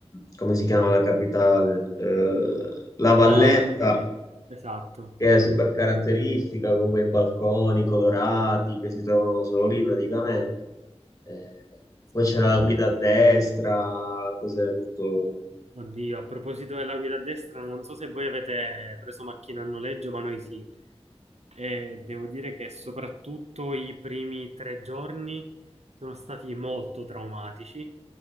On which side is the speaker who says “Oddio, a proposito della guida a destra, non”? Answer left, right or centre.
Right